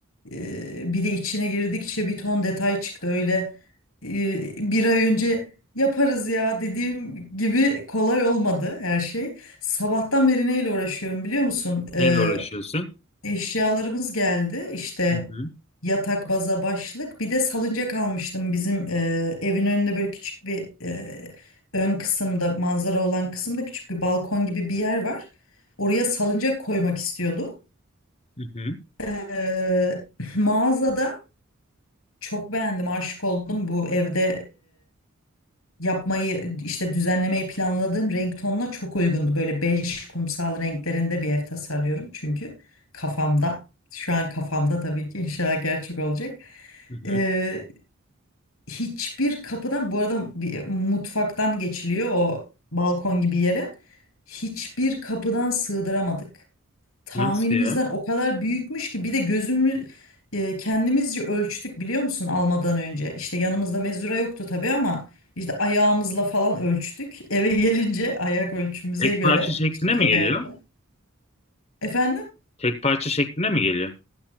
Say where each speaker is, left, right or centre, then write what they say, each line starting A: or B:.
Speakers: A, on the left; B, on the left.
A: Ee, bir de içine girdikçe bir ton detay çıktı öyle e, bir ay önce yaparız ya dediğim gibi kolay olmadı her şey. Sabahtan beri neyle uğraşıyorum biliyor musun? Ee,
B: Neyle uğraşıyorsun?
A: eşyalarımız geldi işte
B: Hı hı.
A: yatak baza başlık bir de salıncak almıştım bizim e, evin önünde böyle küçük bir e, ön kısımda manzara olan kısımda küçük bir balkon gibi bir yer var. Oraya salıncak koymak istiyordum.
B: Hı hı.
A: Ee, <clears throat> mağazada çok beğendim, aşık oldum. Bu evde e, yapmayı işte düzenlemeyi planladığım renk tonuna çok uygundu. Böyle bej kumsal renklerinde bir ev tasarlıyorum çünkü kafamda. Şu an kafamda tabii ki inşallah gerçek olacak.
B: Hı hı.
A: E, hiçbir kapıdan bu arada bir mutfaktan geçiliyor o balkon gibi yere. Hiçbir kapıdan sığdıramadık tahminimizden
B: Nasıl ya?
A: o kadar büyükmüş ki bir de gözümü e, kendimizce ölçtük biliyor musun almadan önce. İşte yanımızda mezura yoktu tabii ama işte ayağımızla falan ölçtük. <laughs> Eve gelince ayak ölçümüze
B: Tek
A: göre
B: parça şeklinde
A: çıplak
B: mi geliyor?
A: ayakla. Efendim
B: Tek parça şeklinde mi geliyor?